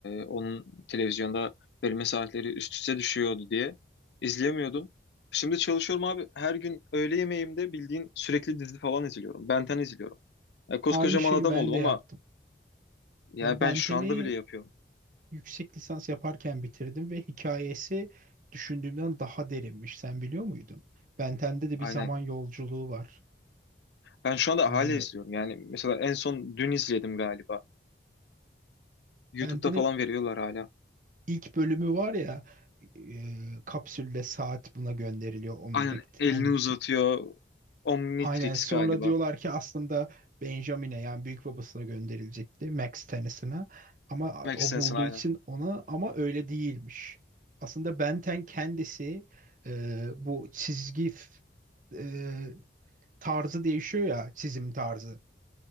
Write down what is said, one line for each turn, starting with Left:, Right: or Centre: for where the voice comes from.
Left: onun televizyonda verilme saatleri üst üste düşüyordu diye izleyemiyordum. Şimdi çalışıyorum abi. Her gün öğle yemeğimde bildiğin sürekli dizi falan izliyorum. Benten izliyorum. Ya koskocaman
Right: Aynı şeyi
Left: adam
Right: ben
Left: oldum
Right: de yaptım.
Left: ama Ya
Right: Ben Benten'i
Left: ben şu anda bile yapıyorum.
Right: yüksek lisans yaparken bitirdim ve hikayesi düşündüğümden daha derinmiş. Sen biliyor muydun? Benten'de de bir
Left: Aynen.
Right: zaman yolculuğu var.
Left: Ben şu anda
Right: Ee,
Left: hala izliyorum. Yani mesela en son dün izledim galiba. YouTube'da
Right: Benten'in
Left: falan veriyorlar hala.
Right: İlk bölümü var ya e, kapsülle saat buna gönderiliyor Omnitrix,
Left: Aynen elini
Right: Omnitrix.
Left: uzatıyor. Omnitrix
Right: Aynen sonra
Left: galiba.
Right: diyorlar ki aslında Benjamin'e yani büyük babasına gönderilecekti Max Tennison'a ama
Left: Max
Right: o
Left: Sensen
Right: bulduğu
Left: aynen.
Right: için ona ama öyle değilmiş. Aslında Benten kendisi e, bu çizgi f- e, tarzı değişiyor ya çizim tarzı